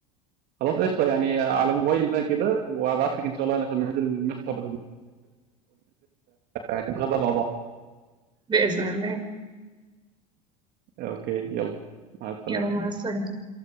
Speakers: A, on the right (about 55°); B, on the right (about 25°).
A: خلاص قشطة يعني على موبايل بقى كده وابعت لك ان شاء الله عشان ننزل نفطر ونتغدى مع بعض
B: بإذن الله
A: اوكي يلا مع السلامة
B: يلا مع السلامة